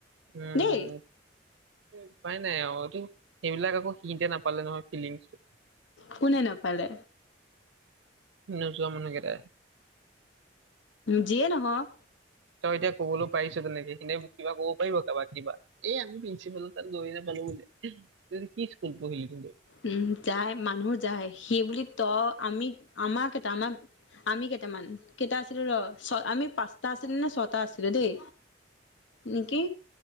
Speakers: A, on the right (about 75°); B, on the left (about 80°).
A: উম
B: দেই
A: উপাই নাই অ এইটো সেইবিলাক আকৌ শিকিতে নাপালে নহয়। ফিলিংছটো।
B: কোনে নাপালে?
A: নোযোৱা মানুহকেইটাই
B: যিয়ে নহওঁক।
A: তই এতিয়া ক'বলৈ পাৰিছ তেনেকে সখনে কিবা ক'ব পাৰিব কাবাক। দিবা, এই আমি প্ৰিন্ঞ্চিপালৰ তাৰ গৈ নোপালো বোলে ত, কি স্কুল পঢ়িলি? তহঁতে
B: উম, যায় মানুহ যায় সেই বুলি তই, আমি আমাৰ কেইটা আমাৰ আমি কেইটামান কেইটা আছিলোঁ ৰ, ছ আমি পাঁচটা আছিলো নে ছটা আছিলোঁ দেই নেকি